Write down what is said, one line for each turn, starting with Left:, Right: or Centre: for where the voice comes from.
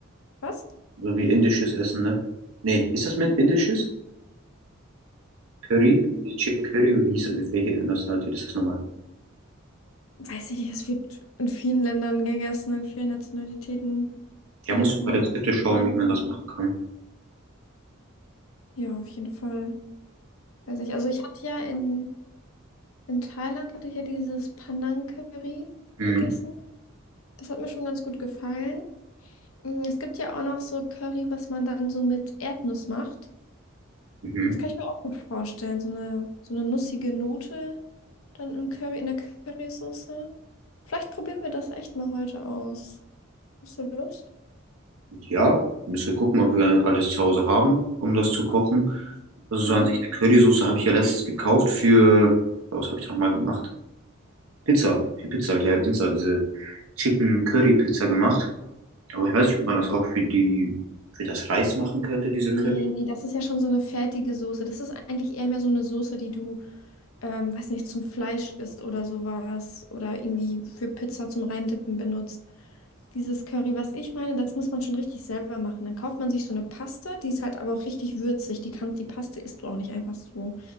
Left: Was?
Right: So wie indisches Essen, ne? Nee, ist das mit indisches? Curry?
Left: Mm,
Right: Nee, Chicken Curry? Oder Wie hieß, welche Nationalität ist das nochmal?
Left: Weiß ich nicht, es wird in vielen Ländern gegessen, in vielen Nationalitäten. Viele
Right: Ja, musst
Left: essen
Right: du mal
Left: das,
Right: Rezepte schauen,
Left: kann ich
Right: wie
Left: nicht
Right: man das
Left: sagen.
Right: machen kann.
Left: Ja, auf jeden Fall. Weiß nicht. Also ich hatte ja in, in Thailand hatte ich ja dieses Panang Curry
Right: Mhm.
Left: gegessen. Das hat mir schon ganz gut gefallen. Mm, Es gibt ja auch noch so Curry, was man dann so mit Erdnuss macht.
Right: Mhm.
Left: Das kann ich mir auch gut vorstellen. So eine, so eine nussige Note dann im Curry, in der Currysoße. Vielleicht probieren wir das echt mal heute aus. Hast du Lust?
Right: Ja, müssen wir gucken, ob wir alles zu Hause haben, um das zu kochen. Also
Left: Mhm.
Right: so an sich eine Currysoße habe ich ja letztens gekauft für, was habe ich da nochmal gemacht? Pizza. Für Pizza habe ich ja Dienstag diese Chicken Curry Pizza gemacht. Aber ich weiß nicht, ob man das auch für die, für das Reis machen könnte, diese
Left: Nee,
Right: Curry.
Left: nee, das ist ja schon so eine fertige Soße. Das ist eigentlich eher mehr so eine Soße, die du, ähm, weiß nicht, zum Fleisch isst oder sowas. Oder irgendwie für Pizza zum Reindippen benutzt. Dieses Curry, was ich meine, das muss man schon richtig selber machen. Dann kauft man sich so eine Paste, die ist halt aber auch richtig würzig. Die kann, die Paste isst du auch nicht einfach so.